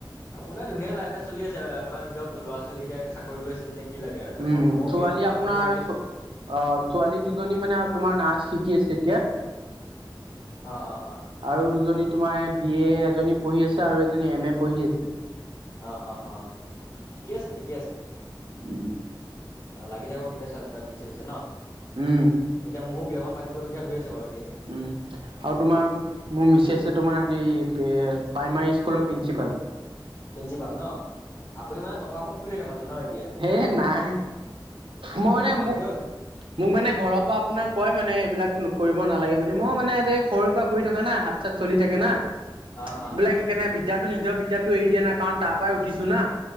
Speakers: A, on the left (about 35°); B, on the right (about 85°).
A: আপোনাৰ ধুনীয়া লাইফ এটা চলি আছে আপোনাৰ নিজৰ ল'ৰা ছোৱালী কেইটা চাকৰি কৰি আছে যেতিয়া কি লাগে আৰু এতিয়া
B: উম
A: মই ময়ো
B: ছোৱালী
A: বিয়াখন
B: আপোনাৰ
A: পাতো বুলি ভাবি আছো এতিয়া
B: অ ছোৱালী দুজনী মানে তোমাৰ নাৰ্চ শিকি আছে এতিয়া
A: অ' অ' অ'
B: আৰু দুজনী তোমাৰ বি এ এজনী পঢ়ি আছে আৰু এজনী এম এ পঢ়ি আছে।
A: অ অ অ ঠিকেই আছে ঠিকে আছে।
B: উ।
A: অ লাগি থাকক এতিয়া চোৱালি তাৰ পিছে পিছে ন
B: উম
A: এতিয়া মোৰো বিয়াখন পাতিবলগীয়া হৈ আছে বাৰু। এতিয়া
B: উম আৰু তোমাৰ মোৰ মিছেছে তোমাৰ হেৰি প্ৰাইমাৰী স্কুলত প্ৰিঞ্চিপাল।
A: পিঞ্চিপাল ন আপুনি মানে টকা ওপৰত শুই থাকে মানে ন? এতিয়া
B: সে নাই মই মানে
A: এই হয়
B: মোক
A: দিয়ক
B: মোক মানে ঘৰৰ পৰা আপোনাৰ কয় মানে এইবিলাক কৰিব নালাগে বুলি মই মানে যে সৰুৰে পৰা কৰি থকা না হাত চাত চলি থাকে
A: অ
B: না এইবিলাক
A: অ অ অ
B: সেইকাৰণে বিদ্যা নিজৰ বিদ্যাটো এৰি দিয়া নাই। কাৰণ তাৰ পৰাই উঠিছো না।